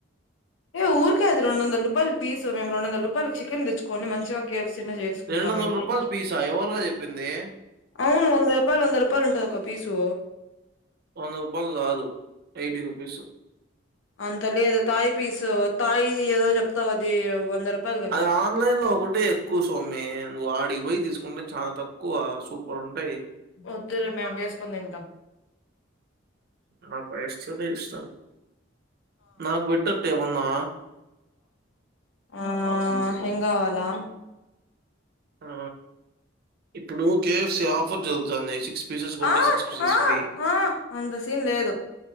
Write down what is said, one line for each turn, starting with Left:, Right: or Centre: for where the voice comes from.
Left: ఏ ఊరికెది అది రెండు వందల రూపాయలు పీసు మేము రెండు వంద రూపాయలు చికెన్ తెచ్చుకొని మంచిగా కెఎఫ్సి నే చెసుకునే
Right: రూ. పీసా? ఎవర్రా జెప్పింది?
Left: అవును వంద రూపాయలు వంద రూపాయలు ఉంటది ఒక్క పీసు
Right: వంద రూపాయల్ కాదు ఏటి రూపీస్
Left: అంత లేదు తాయి పీస్ తాయి ఏదో చెప్తావు అది వంద రూపాయలు కాని
Right: అది ఆన్లైన్ లో ఒకటి కుసోమి నువ్వు ఆడికి పోయి తీసుకుంటే చాలా తక్కువ సూపర్ ఉంటయ్
Left: వొద్దులే మేము చేసుకుని తింటాం
Right: నాకు కెఫ్సి అంటే ఇష్టం నాకు బెట్టు అత్తయ్య ముందు
Left: హా ఏం కావాలా
Right: హా ఇప్పుడు కేఎఫ్సి ఆఫర్ చెబుతోంది సిక్స్ పీసెస్ కొంటే
Left: ఆ
Right: సిక్స్ పీసెస్
Left: ఆ
Right: ఫ్రీ
Left: ఆ అంత సీన్ లేదు